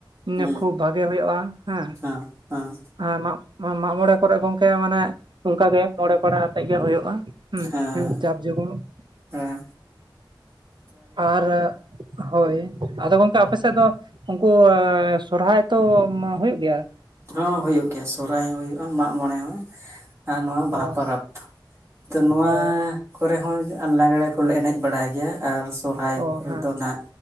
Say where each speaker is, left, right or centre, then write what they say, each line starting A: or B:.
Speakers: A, on the right; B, on the right.
A: ᱩᱸᱻᱧᱟ
B: ᱦᱩᱸ
A: ᱠᱷᱩᱵᱽ ᱵᱷᱟᱜᱮ ᱦᱳᱭᱳᱜᱼᱟ, ᱦᱮᱸ
B: ᱦᱚᱸ ᱦᱚᱸ
A: ᱟᱸ ᱢᱟᱜ, ᱢᱟᱜ ᱢᱚᱲᱮ ᱠᱚᱨᱮᱜ ᱜᱚᱝᱠᱮ ᱢᱟᱱᱮᱜ ᱚᱝᱠᱟ ᱜᱮ ᱢᱚᱲᱮ ᱯᱟᱲᱟ ᱦᱟᱛᱮᱫ ᱜᱮ ᱦᱳᱭᱳᱜᱼᱟ ᱾ ᱦᱩᱸ-
B: ᱦᱮᱸ
A: ᱦᱩᱸᱯ ᱪᱟᱯ ᱡᱩᱜᱽᱼᱲᱩᱜ᱾
B: ᱦᱮᱸ ᱾
A: ᱟᱼᱨᱟᱜ ᱦᱳᱭ, ᱟᱫᱚ ᱜᱚᱝᱠᱮ ᱟᱯᱮᱥᱮᱫ ᱫᱚ ᱩᱝᱠᱩᱻ ᱮ ᱥᱚᱨᱦᱟᱭ ᱛᱳᱻᱢ ᱦᱩᱭᱩᱜ ᱜᱮᱭᱟ?
B: ᱦᱚᱸ ᱦᱩᱭᱩᱜ ᱜᱮᱭᱟ ᱥᱚᱦᱨᱟᱭ ᱦᱚᱸ ᱦᱩᱭᱩᱜᱼᱟ, ᱢᱟᱜ ᱢᱚᱬᱮ ᱦᱚᱸ, ᱟᱨ ᱱᱚᱣᱟ ᱵᱟᱦᱟ
A: ᱚ
B: ᱯᱚᱨᱟᱵᱽ᱾ ᱛᱚ ᱱᱚᱣᱟᱻ
A: ᱚ
B: ᱠᱚᱨᱮ ᱦᱚᱸᱧ ᱟᱸ ᱞᱟᱸᱜᱽᱬᱮ ᱠᱚ ᱠᱚᱞᱮ ᱮᱱᱮᱡ ᱵᱟᱲᱟᱭ ᱜᱮᱭᱟ ᱟᱨ ᱥᱚᱨᱦᱟᱭ
A: ᱚ
B: ᱠᱚᱨᱮ
A: ᱦᱮᱸ
B: ᱫᱚ ᱚᱱᱟ